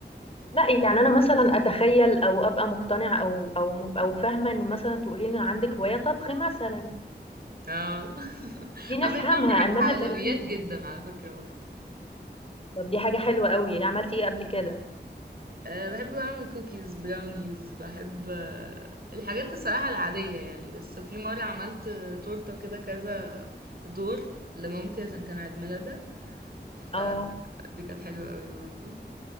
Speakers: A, on the left (about 30°); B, on the right (about 55°).
A: لا يعني انا مثلا اتخيل او ابقى مقتنعه او او او فاهمه ان مثلا تقولي لي ان عندك هوايه طبخ مثلا
B: آه. <laughs>
A: دي نفهمها
B: أنا باحب أعمل ع
A: انما ترويج
B: حلويات جدًا على فكرة برضه.
A: طب دي حاجه حلوه قوي عملتي ايه قبل كده
B: آآ باحب أعمل كوكيز، براونيز، باحب الحاجات الصراحة العادية يعني، بس في مرة عملت تورتة كده كذا دور لمامتي عشان كان عيد ميلادها، فدي
A: اه
B: كانت حلوة أوي برضه.